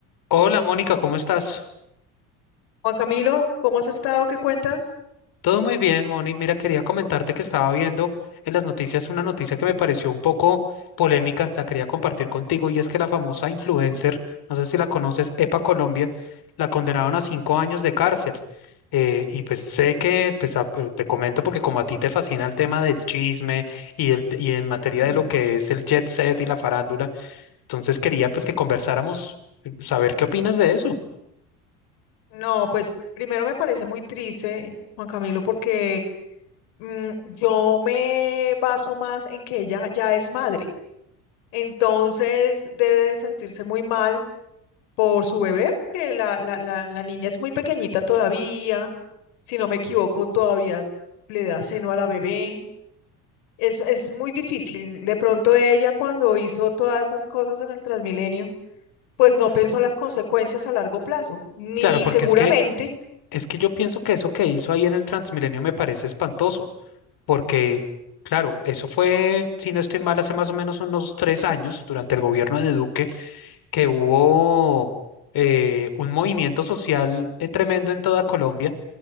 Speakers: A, on the left; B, on the left.
A: Hola Mónica, ¿cómo estás?
B: Juan Camilo, ¿cómo has estado? ¿Qué cuentas?
A: Todo muy bien, Moni. Mira, quería comentarte que estaba viendo en las noticias una noticia que me pareció un poco polémica, la quería compartir contigo, y es que la famosa influencer, no sé si la conoces, Epa Colombia, la condenaron a cinco años de cárcel. Eh, y pues sé que, pues a- eh, te comento porque como a ti te fascina el tema del chisme y, el- y en materia
B: Ah.
A: de lo que es el jet set y la farándula, entonces quería pues que conversáramos, eh, saber qué opinas de eso.
B: No, pues primero me parece muy triste, Juan Camilo, porque mm, yo me baso más en que ella ya es madre. Entonces debe de sentirse muy mal por su bebé, porque la, la, la, la niña es muy pequeñita todavía. Si no me equivoco, todavía le da seno a la bebé. Es, es muy difícil. De pronto ella cuando hizo todas esas cosas en el Transmilenio. pues no pensó las consecuencias a largo plazo, ni
A: Claro, porque
B: seguramente.
A: es que Es que yo pienso que eso que hizo ahí en el Transmilenio me parece espantoso, porque, claro, eso fue, si no estoy mal, hace más o menos unos tres años, durante el gobierno de Duque, que hubo eh, un movimiento social eh, tremendo en toda Colombia.